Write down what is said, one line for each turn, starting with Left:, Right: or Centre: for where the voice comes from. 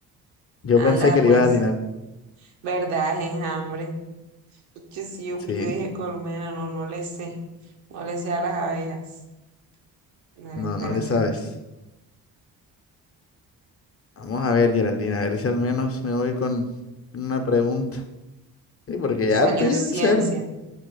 Left: Yo
Right: Anda,
Left: pensé que le
Right: pues.
Left: ibas a atinar.
Right: ¿Verdad? Es enjambre. Porque sí, yo
Left: Sí,
Right: porque dije colmena, no, no le sé. No le sé a las abejas. Dale,
Left: no,
Right: espérate.
Left: no le sabes. Vamos a ver, Geraldine, a ver si al menos me voy con una pregunta. Sí, porque
Right: Salió
Left: ya estoy
Right: ciencia.
Left: en el cero.